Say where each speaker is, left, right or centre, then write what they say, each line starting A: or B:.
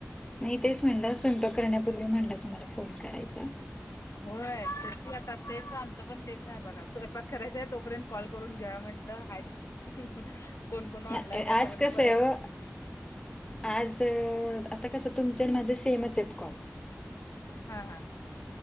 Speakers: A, on the left; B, on the left.
A: नाही तेच म्हणलं स्वयंपाक करण्यापूर्वी म्हणलं तुम्हाला फोन करायचा
B: होय तेच की आता तेच आमचं पण तेच आहे बघ स्वयंपाक करायच आहे तोपर्यंत कॉल करून घ्या म्हटलं हा हु हु कोण कोण ऑनलाईन
A: नाही
B: येत
A: आज
B: पण
A: कसं
B: परत
A: आहे ओ आज आता कसं तुमच्या माझे सेमच आहेत काॅल
B: हा हा